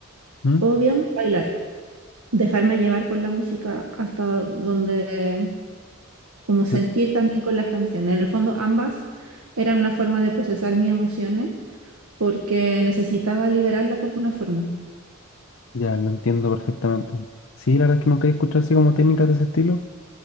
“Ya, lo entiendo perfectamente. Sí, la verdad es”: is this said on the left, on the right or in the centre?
Left